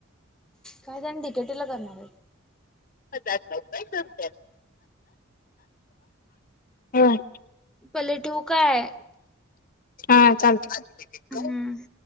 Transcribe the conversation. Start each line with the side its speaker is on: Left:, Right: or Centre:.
Centre: काय त्यांण डिकेटी ला करणार आहे.
Left: <inaudible> होय
Centre: पाले ठेऊ काय?
Left: हा चालतय
Centre: हम्म